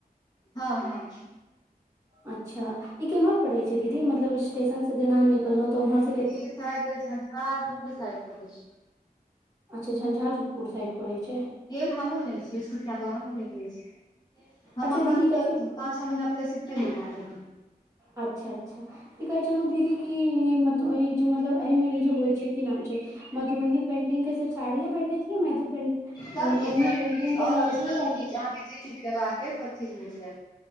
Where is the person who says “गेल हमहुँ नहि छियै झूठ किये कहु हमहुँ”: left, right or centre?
Left